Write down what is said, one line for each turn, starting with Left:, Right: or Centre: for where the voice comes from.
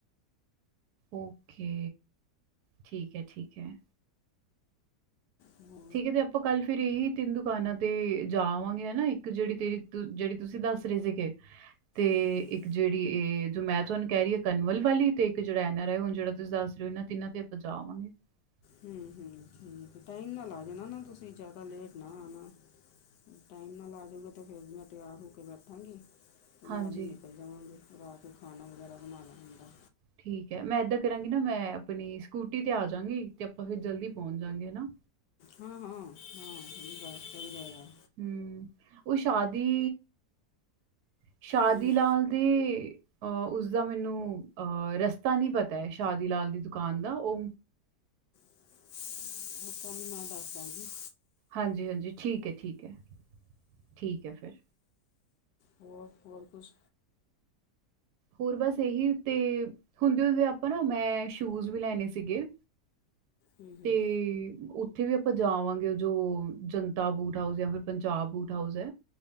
Right: ਓਕੇ ਠੀਕ ਏ-ਠੀਕ ਏ।
Left: ਹਾਂ,
Right: ਠੀਕ ਏ ਤੇ ਆਪਾਂ ਕੱਲ ਫਿਰ ਇਹੀ ਤਿੰਨ ਦੁਕਾਨਾਂ ਤੇ ਜਾ ਆਵਾਂਗੇ ਹਨਾ ਇੱਕ ਜੇੜੀ ਤੇਰੀ ਜੇੜੀ ਤੁਸੀਂ ਦੱਸ ਰਏ ਸੀਗੇ ਤੇ
Left: ਹੂੰ ਹੂੰ
Right: ਇੱਕ ਜੇੜੀ ਐ ਜੋ ਮੈਂ ਤੁਹਾਨੂੰ ਕੈ ਰਈ। ਕੰਵਲ ਵਾਲੀ ਤੇ ਇੱਕ ਜੇੜਾ ਐਨ ਆਰ ਆਈ ਹੁਣ ਜੇੜਾ ਤੁਸੀਂ ਦੱਸ ਰਏ ਇਨਾ ਤਿੰਨਾ ਤੇ ਆਪਾਂ ਜਾਵਾਂਗੇ। <inaudible>
Left: ਹੂੰ ਹੂੰ ਠੀਕ ਟਾਈਮ ਨਾਲ ਜਾਣਾ ਨਾ ਤੁਸੀਂ ਜਾਦਾ ਲੇਟ ਨਾ ਆਣਾ। ਟਾਈਮ ਨਾਲ ਆਜੋਗੇ ਤੇ ਫਿਰ ਮੈਂ ਤਿਆਰ ਹੋ ਕੇ ਬੈਠਾਂਗੀ। ਤੇ ਨਾਲ
Right: ਹਾਂਜੀ
Left: ਈ ਨਿਕਲ ਜਾਵਾਂਗੇ ਰਾਤ ਖਾਣਾ ਵਗੈਰਾ ਬਣਾਣਾ ਹੁੰਦਾ।
Right: ਠੀਕ ਹੈ ਮੈਂ ਏਦਾਂ ਕਰਾਂਗੀ ਨਾ ਮੈਂ ਆਪਣੀ ਸਕੂਟੀ ਤੇ ਆ ਜਾਂਗੀ ਤੇ ਆਪਾਂ ਫਿਰ ਜਲਦੀ ਪਹੁੰਚ ਜਾਂਗੇ ਹਨਾ।
Left: ਹਾਂ-ਹਾਂ-ਹਾਂ ਸਈ ਗੱਲ- ਸਈ ਗੱਲ ਐ।
Right: ਹੂੰ ਓ ਸ਼ਾਦੀ ਸ਼ਾਦੀ
Left: ਹੂੰ
Right: ਲਾਲ ਦੀ ਅ ਉਸਦਾ ਮੈਨੂੰ ਅ ਰਸਤਾ ਨੀ ਪਤਾ ਏ ਸ਼ਾਦੀ ਲਾਲ ਦੀ ਦੁਕਾਨ ਦਾ ਓ
Left: ਓ ਤਾਨੂੰ ਮੈਂ ਦੱਸਦਾ ਗੀ। <inaudible>
Right: ਹਾਂਜੀ ਹਾਂਜੀ ਠੀਕ ਹੈ ਠੀਕ ਹੈ ਠੀਕ ਹੈ ਫਿਰ
Left: ਹੋਰ, ਹੋਰ ਕੁਛ।
Right: ਹੋਰ ਬਸ ਏਹੀ ਤੇ ਹੁੰਦੇ-ਹੁੰਦੇ ਆਪਾਂ ਨਾ, ਮੈਂ ਸ਼ੂਜ ਵੀ ਲੈਣੇ ਸੀਗੇ।
Left: ਹੂੰ ਹੂੰ
Right: ਤੇ ਉ ਓਥੇ ਵੀ ਆਪਾਂ ਜਾ ਆਵਾਂਗੇ ਜੋ ਜਨਤਾ ਬੂਟ-ਹਾਊਸ ਯਾਂ ਫਿਰ ਪੰਜਾਬ ਬੂਟ-ਹਾਊਸ ਐ।